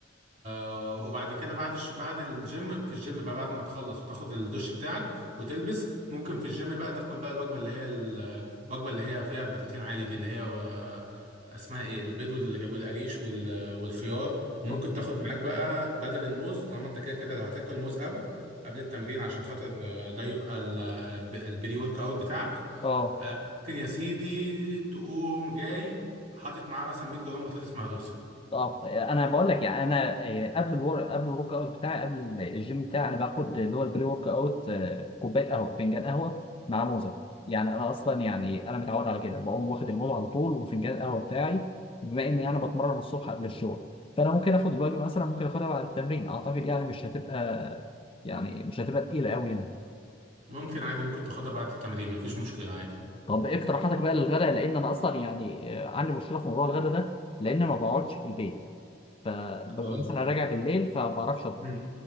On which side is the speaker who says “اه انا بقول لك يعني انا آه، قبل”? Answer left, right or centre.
Left